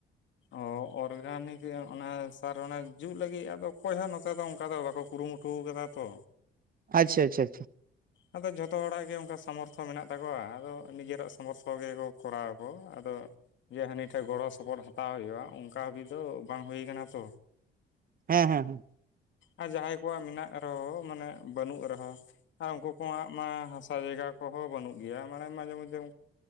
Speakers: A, on the left; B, on the right.
A: ᱚ ᱚᱨᱜᱟᱱᱤᱠ ᱚᱱᱟ ᱥᱟᱨ ᱚᱱᱮ ᱡᱩᱩᱜ ᱞᱟᱹᱜᱤᱫ ᱟᱫᱚ ᱚᱠᱚᱭᱦ ᱱᱚᱛᱮ ᱫᱚ ᱚᱱᱠᱟ ᱫᱚ ᱵᱟᱠᱚ ᱠᱩᱨᱩᱢᱩ ᱴᱷᱩ ᱠᱟᱫᱟ ᱛᱚ᱾
B: ᱟᱪᱷᱟ ᱟᱪᱷᱟ᱾
A: ᱟᱫᱚ ᱡᱷᱚᱛᱚ ᱦᱚᱲᱟᱜ ᱜᱮ ᱚᱱᱠᱟ ᱥᱟᱢᱚᱨᱛᱷᱚ ᱢᱮᱱᱟᱜ ᱛᱟᱠᱚᱣᱟ ᱟᱫᱚ ᱱᱤᱡᱮᱨᱟᱜ ᱥᱟᱢᱚᱨᱛᱷᱚ ᱜᱮᱠᱚ ᱠᱚᱨᱟᱣᱟ ᱠᱚ, ᱟᱫᱚ ᱡᱮ ᱦᱟᱹᱱᱤ ᱴᱷᱮᱡ ᱜᱚᱲᱚ ᱥᱚᱯᱚᱦᱚᱫ ᱦᱟᱛᱟᱣ ᱦᱩᱭᱩᱜ-ᱟ, ᱚᱱᱠᱟ ᱦᱟᱹᱵᱤᱡ ᱫᱚ ᱵᱟᱝ ᱦᱳᱛ ᱟᱠᱟᱱᱟ ᱛᱚ᱾
B: ᱦᱮᱸ ᱦᱮᱸ ᱦᱮᱸ᱾
A: ᱟᱨ ᱡᱟᱦᱟᱸᱭ ᱠᱚᱣᱟᱜ ᱢᱮᱱᱟᱜ ᱨᱮᱦᱚᱸ, ᱢᱟᱱᱮ ᱵᱟᱹᱱᱩᱜ ᱨᱮᱦᱚᱸ᱾ ᱟᱨ ᱩᱱᱠᱩ ᱠᱚᱣᱟᱜ ᱢᱟ ᱦᱟᱥᱟ ᱡᱟᱭᱜᱟ ᱠᱚᱦᱚᱸ ᱵᱟᱹᱱᱩᱜ ᱜᱮᱭᱟ, ᱢᱟᱱᱮ ᱢᱟᱡᱷᱮ ᱢᱚᱫᱽᱫᱷᱮ ᱾